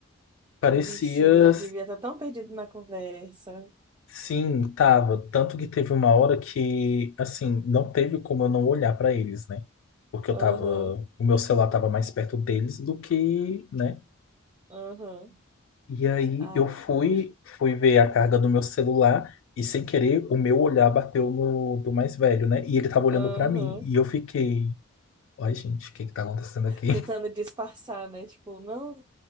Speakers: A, on the left; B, on the right.
A: Parecia,
B: Bichinho, eu devia estar tão perdido na conversa.
A: sim, tava. Tanto que teve uma hora que, assim, não teve como eu não olhar pra eles, né? Porque eu
B: Aham,
A: tava, o meu celular tava mais perto deles do que, né?
B: aham.
A: E aí
B: Ai,
A: eu fui,
B: cara.
A: fui ver a carga do meu celular e sem querer o meu olhar bateu no do mais velho, né? E ele tava olhando
B: Aham.
A: pra mim e eu fiquei, ai, gente, o que que tá acontecendo aqui? <laughs>
B: tentando disfarçar, né? Tipo, não,